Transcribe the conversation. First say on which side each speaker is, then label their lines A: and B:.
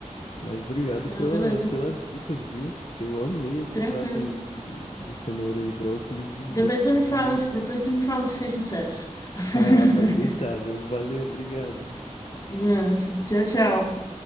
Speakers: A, on the left (about 55°); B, on the left (about 30°).
A: Mas obrigado
B: Não,
A: pela,
B: beleza.
A: pelas dicas, viu? Eu amei esse
B: Tranquilo.
A: prato aí de, de cenoura e brócolis e
B: Depois
A: vou comprar
B: você me fala,
A: muito.
B: se- depois você me fala se fez sucesso. <laughs>
A: Ah, pode deixar, viu? Valeu, obrigado.
B: Nossa, tchau, tchau.